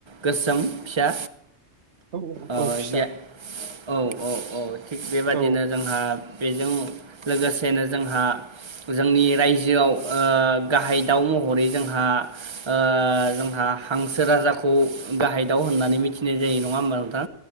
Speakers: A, on the right; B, on the right.
A: गोसोम फिसा
B: औ औ
A: ओ
B: औ फिसा
A: जे औ औ औ थिग बेबादिनो
B: औ
A: जोंहा बेजों लोगोसेनो जोंहा जोंनि रायजोआव गाहाय दाउ महरै जोंहा ‌ओ जोंहा हांसो राजाखौ गाहाय दाव होननानै मिथिनाय जायो नङा होमबा